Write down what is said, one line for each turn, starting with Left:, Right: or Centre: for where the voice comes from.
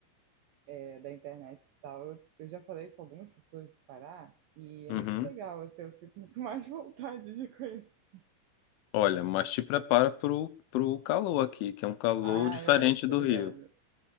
Right: é, da internet e tal, eu, eu já falei com algumas pessoas do Pará, e
Left: Uhum.
Right: é muito legal, assim, eu fico <laughs> com mais vontade de conhecer.
Left: Olha, mas te prepara pro, pro calor aqui, que é um calor
Right: Ah,
Left: diferente
Right: eu, eu tô
Left: do
Right: ligado.
Left: Rio.